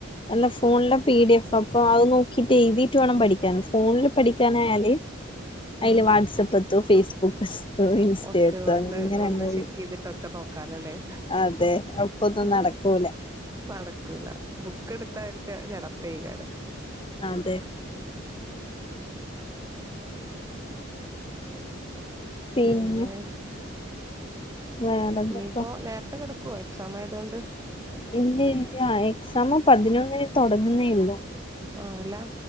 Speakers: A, on the left; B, on the right.
A: അല്ല ഫോണിലെ പി ഡി എഫ് അപ്പൊ അത് നോക്കിട്ട് എഴുതിട്ട് വേണം പഠി ഫോണില് പഠിക്കാനായാല് അയ്ല്
B: ഉം
A: വാട്സആപ്പ്ത്തോ ഫേസ്ബുക്ക് ഇൻസ്റ്റേറ്
B: ഒക്കെ ഒന്ന്
A: അങ്ങനെങ്ങ
B: ഒന്ന് ചെക്ക് ചെയ്തിട്ടൊക്കെ നോക്കാലല്ലേ
A: അതെ അപ്പൊന്ന
B: ഉം
A: നടക്ക പോവൂല
B: നടക്കൂല ബുക്ക് എടുത്ത ഒരു ചടപ്പെങ്കാരം
A: അതേ പിന്നെ
B: പിന്നേ
A: വേറെന്താപ്പ
B: ഇനിപ്പോ നേരത്തെ കെടക്കോ എക്സാം ആയതോണ്ട്
A: ഇല്ല ഇല്ല എക്സാം പതിനൊന്നിന് തുടങ്ങേയൊള്ളു
B: ആ ആല്ല